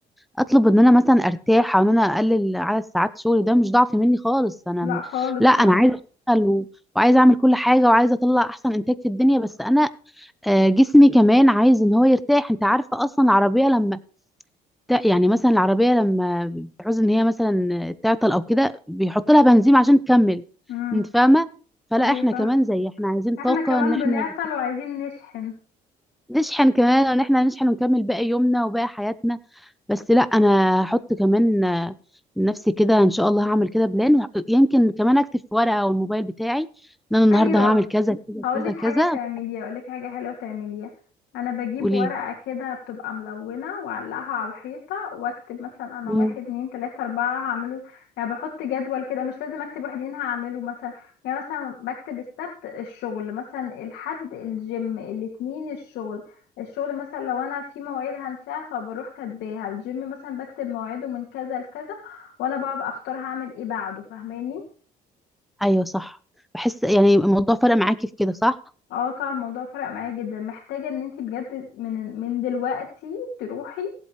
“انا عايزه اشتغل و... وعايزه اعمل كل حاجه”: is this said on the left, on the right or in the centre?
Centre